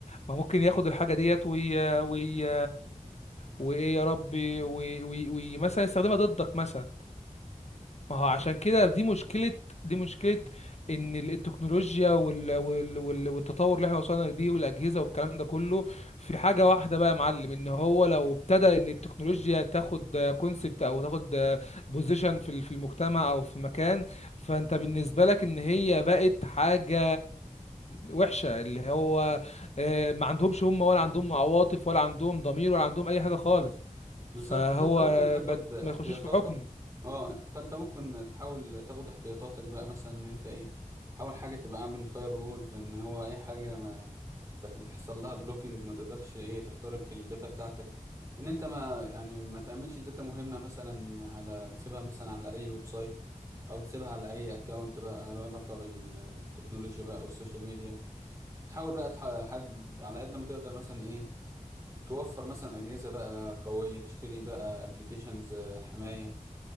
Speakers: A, on the left; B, on the right.
A: ما ممكن ياخد الحاجه ديت وي وي وايه يا ربي وي وي وي مثلا يستخدمها ضدك مثلا ما هو عشان كده دي مشكلة دي مشكلة إن ال- التكنولوجيا وال وال وال والتطور اللي احنا وصلنا بيه والأجهزة والكلام ده كله في حاجة واحدة بقى يا معلم إن هو لو ابتدى إن التكنولوجيا تاخد كونسبت أو تاخد بوزيشن في ال- في المجتمع أو في مكان فأنت بالنسبة لك إن هي بقت حاجة وحشة اللي هو آه، ما عندهمش هم ولا عندهم عواطف ولا عندهم ضمير ولا عندهم أي حاجة خالص
B: بالظبط
A: فهو
B: فانت ممكن تاخد
A: ما
B: احتياطاتك
A: ما يخشوش في حكم
B: اه انت فانت ممكن تحاول تاخد احتياطاتك بقى مثلا ان انت ايه حاول حاجه تبقى عامل فاير وول ان هو اي حاجه ما يحصل لها بلوكينج ما تقدرش ايه تخترق الداتا بتاعتك ان انت ما يعني ما تعملش داتا مهمه مثلا على تسيبها مثلا على اي ويب سايت او تسيبها على اي اكونت بقى له علاقه بال- بالتكنولوجيا بقى او السوشيال ميديا تحاول بقى تح- حد على قد ما تقدر مثلا إيه، توفر مثلا أجهزة بقى قوية تشتري بقى ابلكيشنز حماية